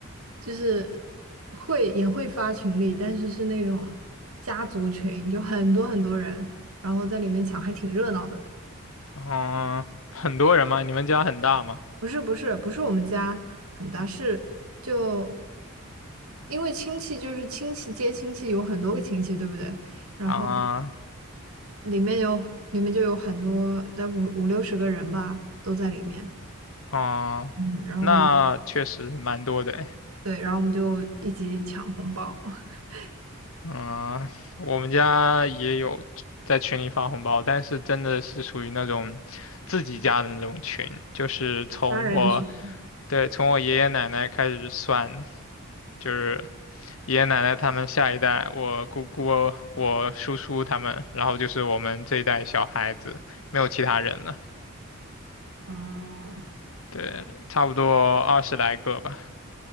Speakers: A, on the right (about 80°); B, on the left (about 70°).
A: 就是会也会发群里，但是是那种家族群，就很多很多人，然后在里面抢，还挺热闹的。
B: 嗯，很多人吗？你们家很大吗？
A: 不是不是不是我们家很大，是就因为亲戚就是亲戚接亲戚，有很多个亲戚，对不对？然后
B: 啊，
A: 里面有里面就有很多，在五五六十个人吧，都在里面。
B: 啊，
A: 嗯，然后我们
B: 那确实蛮多的诶。
A: 对，然后我们就一起抢红包，<laughs>
B: 嗯，我们家也有在群里发红包，但是真的是属于那种自己家的那种群，就是从我，
A: 八人群。
B: 对，从我爷爷奶奶开始算，就是爷爷奶奶他们下一代，我姑姑、我叔叔他们，然后就是我们这一代小孩子，没有其他人了。
A: 哦，
B: 对，差不多二十来个吧。